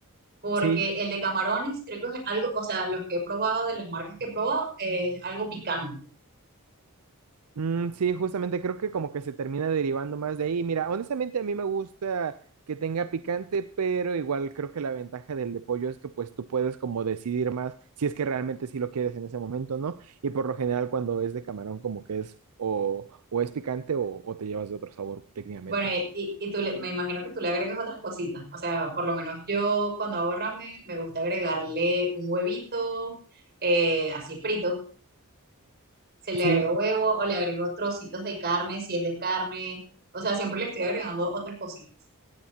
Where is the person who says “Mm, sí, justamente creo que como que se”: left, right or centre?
Right